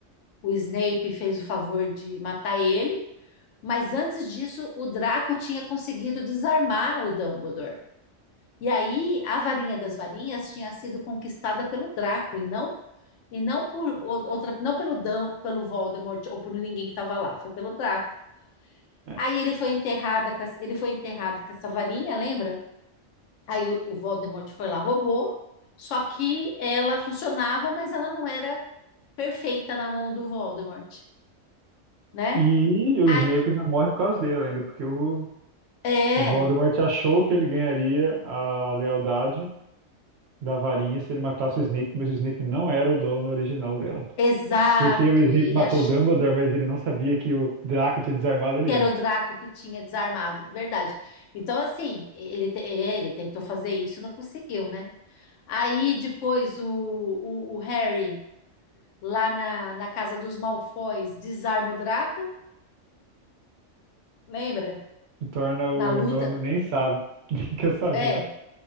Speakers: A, on the left (about 75°); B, on the right (about 65°).
A: o Snape fez o favor de matar ele. Mas antes disso, o Draco tinha conseguido desarmar o Dumbledore. E aí, a varinha das varinhas tinha sido conquistada pelo Draco e não e não por o- outra, não pelo Dum, pelo Voldemort ou por ninguém que estava lá, foi pelo Draco.
B: É.
A: Aí ele foi enterrada com essa- ele foi enterrado com essa varinha, lembra? Aí o, o Voldemort foi lá, roubou. Só que ela funcionava, mas ela não era perfeita na mão do Voldemort, né?
B: E o
A: Ah,
B: Snape ainda morre por causa dela, ainda, porque o,
A: é,
B: o Voldemort achou que ele ganharia a lealdade da varinha se ele matasse o Snape, mas o Snape não era o dono original dela.
A: exato.
B: Porque o Snape
A: Ele
B: matou
A: achou
B: o Dumbledore, mas ele não sabia que o Draco tinha desarmado ele
A: que era
B: antes.
A: o Draco que tinha desarmado, verdade. Então, assim, ele, te- é, ele tentou fazer isso e não conseguiu, né? Aí depois o, o, o Harry, lá na, na casa dos Malfoys, desarma o Draco, lembra?
B: Se torna o
A: na luta,
B: dono, nem sabe. <laughs> Nem quer saber.
A: É,